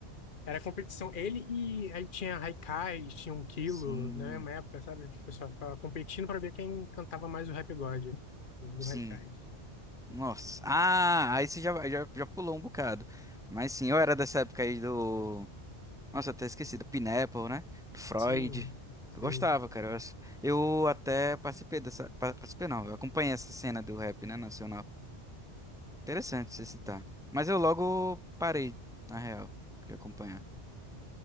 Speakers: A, on the left; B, in the centre.
A: era competição. Ele e aí tinha Haikai, tinha um Kilo,
B: Sim,
A: na mesma época, sabe? O pessoal ficava competindo pra ver quem cantava mais o Rap God, o
B: sim.
A: Haikai.
B: Nossa. Ah, aí você já, já, já pulou um bocado. Mas sim, eu era dessa época aí do. Nossa, até esqueci, do Pineapple, né? Do Freud.
A: Sim, sim.
B: Eu gostava, cara. Eu, ass- eu até participei dessa. pa- Participei não, eu acompanhei essa cena do rap, né, nacional. Interessante você citar. Mas eu logo parei, na real, de acompanhar.